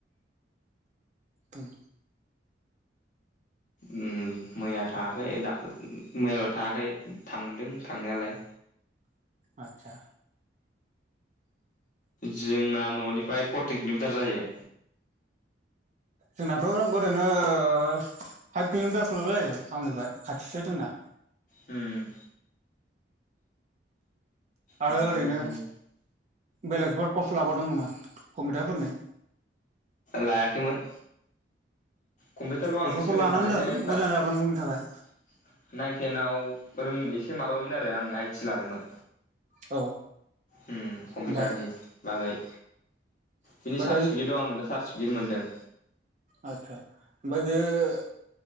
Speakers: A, on the right; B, on the left.
A: उम
B: ओम मैया थाङाखै दाख मैयाल' थाङाखै थांदों थांनायालाय
A: आतसा
B: जोंना न'निफ्राय फरटिन किल'मिटार जायो
A: जोंनाथ' ओरैनो ओ फाइभ किल'मिटारफोरल' जायो टाउननिफ्राय खाथिसो जोंना
B: होम
A: आरो
B: माबानिफ्राय
A: ओरैनो
B: थाङो
A: बेलेगबो कर्स लाबावदों नामा कम्पिउटारफोर ने
B: लायाखैमोन कम्पिउटारखौ
A: बेफोरखौ
B: आं सोलोंखानो
A: लानानै दोन
B: जे क्लास
A: मोजां जागोन उननि थाखाय
B: नाइन टेनाव रों एसे माबामोन आरो आं आइटि लादोंमोन
A: औ
B: कम्पिउटारनि
A: ओमफाय
B: बागै
A: ओमफाय
B: बिनि सार्टिफिकेट दं आं दा सार्टिफिकेट मोनदों
A: आतसा ओमफाय बेयो